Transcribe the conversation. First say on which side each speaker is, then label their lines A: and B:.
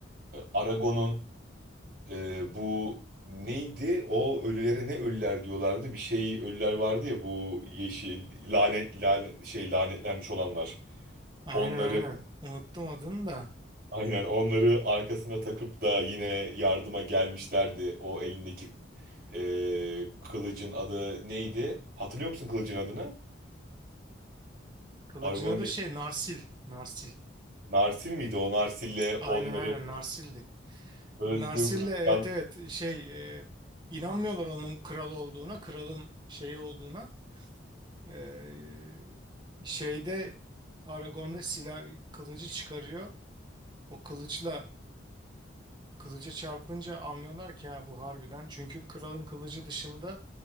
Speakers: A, on the right; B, on the right.
A: Aragon'un e, bu neydi? O ölülere ne ölüler diyorlardı. Bir şey ölüler vardı ya bu yeşil lanet, lanet şey lanetlenmiş olanlar.
B: Aynen
A: Onları
B: aynen. Unuttum adını da.
A: aynen onları arkasına takıp da yine yardıma gelmişlerdi. O elindeki e, kılıcın adı neydi? Hatırlıyor musun kılıcın adını?
B: Kılıcına
A: Aragon
B: da şey Narsil. Narsil.
A: Narsil miydi? O Narsil'le
B: Aynen
A: onları
B: aynen Narsil'di.
A: özgür
B: Narsil'le
A: bırakan
B: evet evet şey e, inanmıyorlar onun kral olduğuna, kralın şeyi olduğuna. E, şeyde Aragorn'da silah kılıcı çıkarıyor. O kılıçla Kılıca çarpınca anlıyorlar ki ha bu harbiden. Çünkü kralın kılıcı dışında